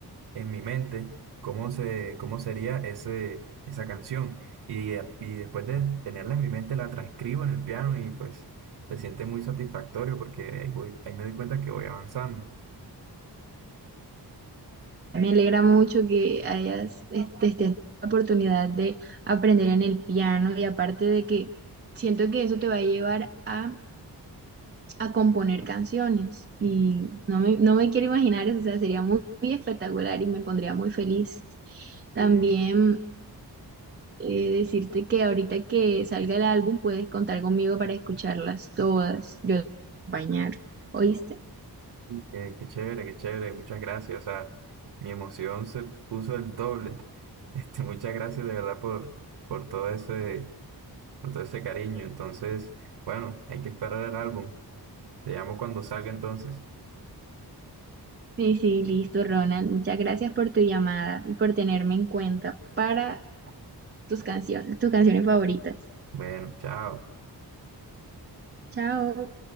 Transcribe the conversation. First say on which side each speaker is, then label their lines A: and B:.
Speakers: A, on the right; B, on the right.
A: en mi mente cómo se, cómo sería ese, esa canción. Y, y después de tenerla en mi mente, la transcribo en el piano y pues se siente muy satisfactorio porque ahí voy, ahí me doy cuenta que voy avanzando.
B: Me alegra mucho que hayas este, estés teniendo la oportunidad de aprender en el piano y aparte de que siento que eso te va a llevar a, a componer canciones y no me, no me quiero imaginar eso, o sea, sería muy, muy espectacular y me pondría muy feliz. También
A: Sí.
B: eh, decirte que ahorita que salga el álbum puedes contar conmigo para escucharlas todas, yo te voy a acompañar, ¿oíste?
A: Qué, qué chévere, qué chévere, muchas gracias. O sea, mi emoción se puso el doble. <laughs> Este, muchas gracias de verdad por, por todo ese, por todo ese cariño. Entonces, bueno, hay que esperar el álbum. Te llamo cuando salga entonces.
B: Sí, sí, listo, Ronald. Muchas gracias por tu llamada y por tenerme en cuenta para tus canciones, tus canciones favoritas.
A: Bueno, chao.
B: Chao.